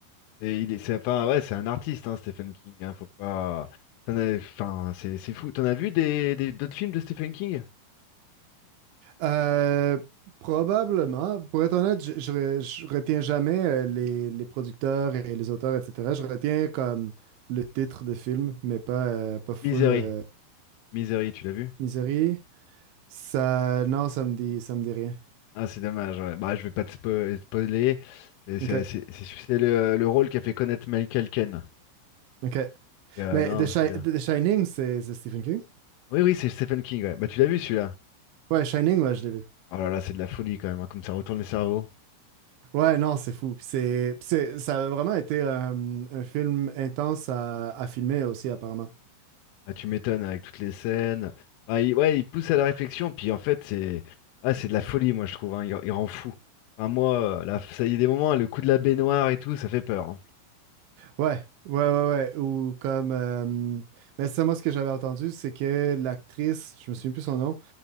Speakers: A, on the left; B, on the right.
A: Et il est, c'est, enfin, ouais, c'est un artiste, hein, Stephen King. hein, faut pas. T'en as- enfin, c'est, c'est fou. T'en as vu des, des- d'autres films de Stephen King?
B: Euh, probablement. Pour être honnête, je, je, re- je retiens jamais euh, les, les producteurs et les auteurs, etc. Je retiens comme le titre de film, mais pas, euh, pas full
A: Misery.
B: euh,
A: Misery, tu l'as vu?
B: Misery. Ça, non, ça me dit, ça me dit rien.
A: Ah, c'est dommage. Ouais. Bah, je vais pas te spo- spoiler. C'est c'est-
B: OK,
A: c'est- c'est- c'est le, le rôle qui a fait connaître Michael Caine.
B: OK.
A: Et, euh,
B: Mais
A: non,
B: The, Shi-
A: c'est bien.
B: The Shining, c'est c'est Stephen King?
A: Oui, oui, c'est Stephen King. ouais. Bah, tu l'as vu celui-là?
B: Ouais, Shining, ouais, je l'ai vu.
A: Oh là là, c'est de la folie quand même. hein, comme ça retourne le cerveau.
B: Ouais, non, c'est fou. Puis c'est, c'est- ça a vraiment été euh, un film intense à, à filmer aussi, apparemment.
A: Ah, tu m'étonnes avec toutes les scènes. Ah, il, ouais, il pousse à la réflexion, puis en fait, c'est ah, c'est de la folie, moi, je trouve. hein, Il, il rend fou. Enfin, moi, euh, là, ça y est, des moments, hein, le coup de la baignoire et tout, ça fait peur. hein.
B: Ouais, ouais, ouais, ouais. Ou comme. euh, Mais ça, moi, ce que j'avais entendu, c'est que l'actrice, je me souviens plus son nom,